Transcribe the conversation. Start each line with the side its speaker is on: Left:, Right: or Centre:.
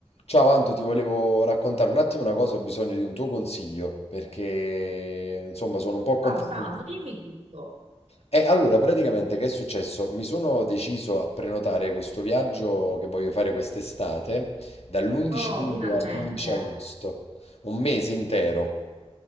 Left: Ciao Anto, ti volevo raccontare un attimo una cosa, ho bisogno di un tuo consiglio perché insomma sono un po' confuso.
Right: Ciao Samu, dimmi tutto.
Left: E allora, praticamente che è successo? Mi sono deciso a prenotare questo viaggio che voglio fare quest'estate dall'11
Right: Oh,
Left: luglio
Right: finalmente.
Left: all'11 agosto, un mese intero.